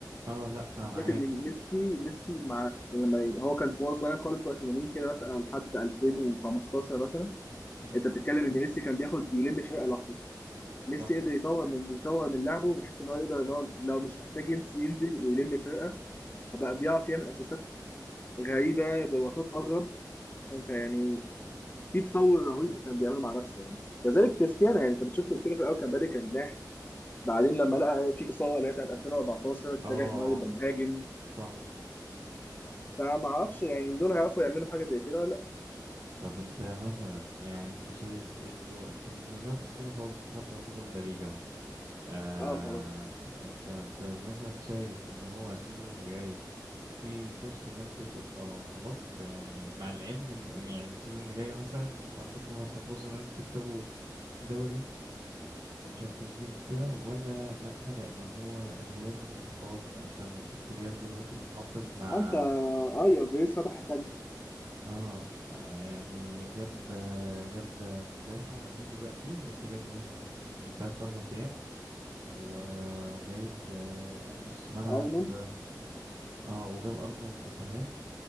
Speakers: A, on the right; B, on the left.
A: اه لا انا
B: بالذات
A: معاك
B: ان ميسي ميسي مع في لما هو كان في وهو صغير خالص وقت لامين كده مثلا لحد 2015 مثلا
A: امم
B: انت بتتكلم ان ميسي كان بياخد يلم فرقه لوحده ميسي
A: صح
B: قدر يطور من يطور من لعبه بحيث ان هو يقدر ان هو لو مش محتاج ينزل ينزل ويلم فرقه وبقى
A: امم
B: بيعرف يعمل اسيستات غريبه بوساط اغرب انت
A: امم
B: يعني في تطور رهيب كان بيعمله مع نفسه يعني كذلك كريستيانو يعني انت بتشوف كريستيانو في الاول كان بادئ كجناح بعدين
A: امم.
B: لما لقى في اصابه اللي هي بتاعت 2014 اتجه
A: اه
B: ان هو يبقى مهاجم
A: صح
B: فما اعرفش يعني دول هيعرفوا يعملوا حاجه زي كده ولا
A: طب انت مثلا يعني انت شايف انتوا انت بالنسبه لك السيزون خلاص انت خدت يعتبر لا ليجا اهو آه
B: اه خلاص
A: انت انت مثلا شايف ان هو السيزون اللي جاي في فرصة ان انتوا تبقى خلاص يعني مع العلم ان يعني السيزون اللي جاي مثلا انتوا عندكم مثلا فرصة ان انتوا تكسبوا دوري وتشامبيونز ليج وكده ولا لأ لأن هو الريال دلوقتي خلاص بقى انت ما شفت الريال دلوقتي متعاقد مع
B: انت اه يا بيس فتح الخزنة
A: اه آه، يعني جاب آه، جاب آه، مدافع هو دلوقتي لسه جايب مدافع حرفيا من يوم تلات أربع أيام و- وجايب آه، نص ملعب
B: ارنولد
A: اه وجاب ارنولد صحيح